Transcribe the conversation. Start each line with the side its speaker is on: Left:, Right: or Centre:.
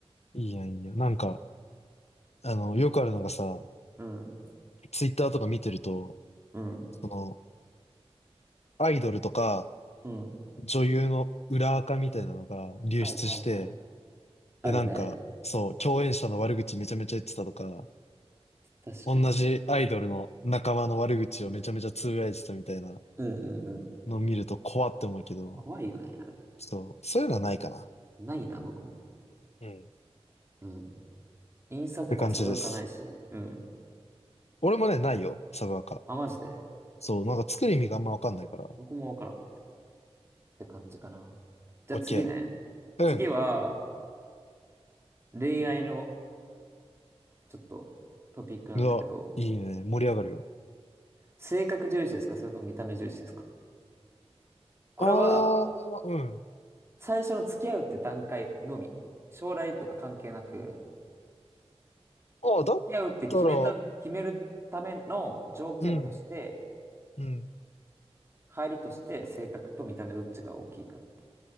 Left: いいやん、いいやん。なんか、あの、よくあるのがさ、
Right: うん。
Left: ツイッターとか見てると、
Right: うん。
Left: その、アイドルとか、
Right: うん。
Left: 女優の裏垢みたいなのが流出して、
Right: はいはいはい。
Left: で、
Right: あるね。
Left: なんか、そう、共演者の悪口めちゃめちゃ言ってたとか、
Right: 確かにね。
Left: 同じアイドルの仲間の悪口をめちゃめちゃつぶやいてたみたいな
Right: うんうんうん。
Left: のを見ると怖って思うけど、
Right: 怖いよね、あれ。
Left: そう、そういうのはないかな。
Right: ないな、僕も。
Left: うん。っ
Right: うん。インスタとかもサブアカないし。
Left: て感じです。
Right: うん。
Left: 俺もね、ないよ、サブアカ。
Right: あ、マジで。
Left: そう、なんか作る意味があんまわかんないから。
Right: そう
Left: オ
Right: 僕もわからんって感じかな。じゃあ次ね。
Left: ッケー。
Right: 次は、
Left: うん。
Right: 恋愛のちょっとトピックなんだけど、
Left: うわ、いいね。盛り上がるよ。
Right: 性格重視ですかそれとも見た目重視ですかこれは、
Left: ああ、うん。
Right: 最初の付き合うって段階のみ。将来とか関係なく、付
Left: ああ、だったら、
Right: き合うって決めた、決めるための条件として、
Left: うん、うん。
Right: 入りとして性格と見た目どっちが大きいかってい